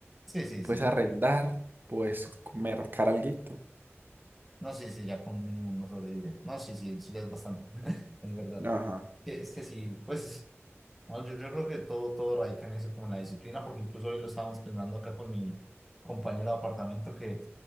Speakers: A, in the centre; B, on the right (about 45°).
A: sí, sí.
B: puedes
A: sí.
B: arrendar, puedes mercar alguito.
A: No, sí, sí, ya con un mínimo no sobrevive. No, sí, sí, eso ya es bastante, <laughs> es verdad.
B: Ajá,
A: Que- Es que sí, pues, no, yo, yo creo que todo, todo radica en eso, como en la disciplina, porque incluso hoy lo estábamos planeando acá con mi compañero de apartamento que